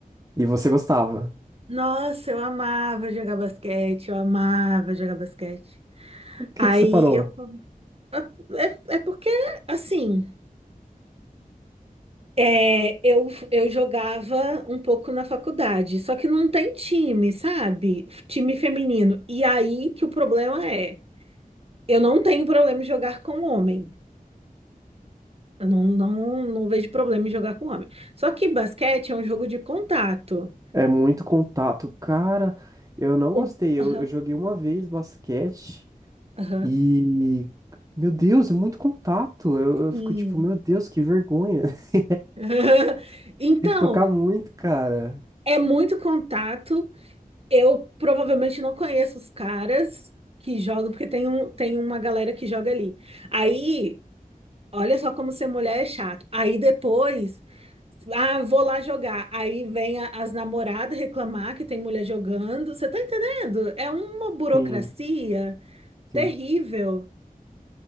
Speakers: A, on the right; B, on the right.
A: E você gostava?
B: Nossa, eu amava jogar basquete, eu amava jogar basquete.
A: Por que
B: Aí
A: que você parou?
B: eu, eu- é, é porque, assim. É, eu, eu jogava um pouco na faculdade, só que não tem time, sabe? Time feminino. E aí que o problema é, eu não tenho problema em jogar com homem. Eu não, não, não vejo problema em jogar com homem. Só que basquete é um jogo de contato.
A: É muito contato. Cara, eu não
B: Com-
A: gostei. Eu,
B: Aham,
A: eu joguei uma vez basquete
B: aham,
A: e. Meu Deus, é muito contato. Eu, eu
B: sim.
A: fico tipo, meu Deus, que vergonha. <laughs>
B: <laughs> Então,
A: Tem que tocar muito, cara.
B: é muito contato. Eu provavelmente não conheço os caras que jogam, porque tem, um, tem uma galera que joga ali. Aí. Olha só como ser mulher é chato. Aí depois, ah, vou lá jogar. Aí vem a- as namoradas reclamar que tem mulher jogando. Você tá entendendo? É uma burocracia
A: Sim, sim.
B: terrível.